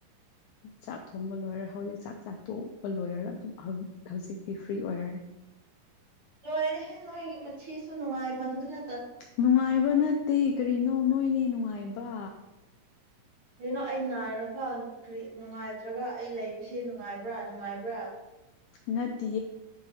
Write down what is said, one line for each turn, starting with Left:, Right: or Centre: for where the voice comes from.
Left: ꯆꯥꯛ ꯊꯣꯡꯕ ꯂꯣꯏꯔ ꯍꯧꯖꯤꯛ ꯆꯥꯛ ꯆꯥ ꯇꯣꯛꯄ ꯂꯣꯏꯔꯒ ꯑꯗꯨꯝ ꯍꯧꯖꯤꯛ ꯐ꯭ꯔꯤ ꯑꯣꯏꯔꯔꯦ
Right: ꯂꯣꯏꯔꯦꯍꯦ ꯅꯣꯏꯒꯤ ꯄꯨꯟꯁꯤꯁꯨ ꯅꯨꯡꯉꯥꯏꯃꯟꯗꯨꯅ
Left: ꯅꯨꯡꯉꯥꯏꯕ ꯅꯠꯇꯦ ꯀꯔꯤꯅꯣ ꯅꯣꯏꯅꯦ ꯅꯨꯡꯉꯥꯏꯕ
Right: ꯀꯩꯅꯣ ꯑꯩ ꯅꯥꯏꯔꯒ ꯅꯨꯡꯉꯥꯏꯇ꯭ꯔꯒ ꯑꯩ ꯂꯩꯕꯁꯤꯦ ꯅꯨꯡꯉꯥꯏꯕ꯭ꯔꯥ ꯅꯨꯡꯉꯥꯏꯕ꯭ꯔꯥ
Left: ꯅꯠꯇꯦ